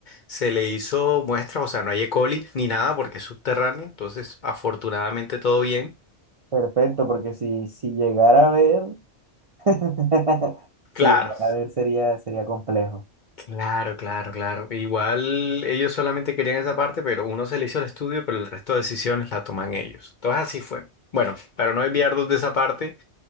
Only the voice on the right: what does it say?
perfecto, porque si, si llegara a ver, <laughs> si
llegara a ver sería, sería complejo.